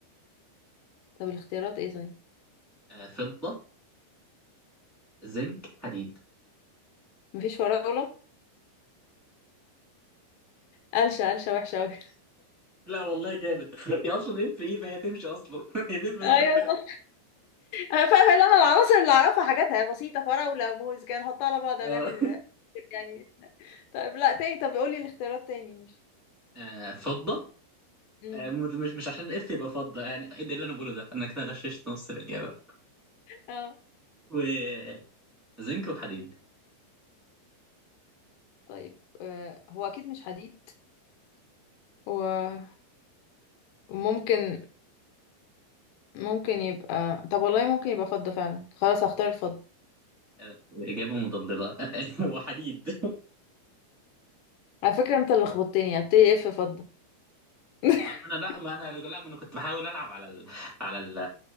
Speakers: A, on the left (about 75°); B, in the centre.
A: طب الاختيارات ايه طيب
B: فضه زنك حديد
A: مفيش فراولة قلشة قلشة وحشة أوي <laughs>
B: لا والله جامد <laughs> هي اصلا ايه في ايه فهي تمشي اصلا <laughs> هي دي الفكره
A: ايوه انا فاهمه اللي انا العناصر اللي اعرفها حاجاتها بسيطه فراوله وموز كده نحطها على بعض
B: آه.
A: هنعمل يعني طيب لا تاني طب قولي الاختيارات تاني مش
B: آه، فضه
A: امم
B: آه، مت- مش مش عشان اف يبقى فضه يعني ايه ده إيه اللي انا بقوله ده انا كده غششت نص الاجابه
A: اه
B: وزنك وحديد
A: طيب آه، هو اكيد مش حديد و- وممكن ممكن يبقى طب والله ممكن يبقى فضة فعلا خلاص هختار الفضة
B: آه، اجابه مضلله <laughs> وحديد
A: على فكرة انت اللي خبطتني هبتدي اف فضة <laughs>
B: ما انا لا ما انا لا ما انا كنت بحاول العب على ال... على ال...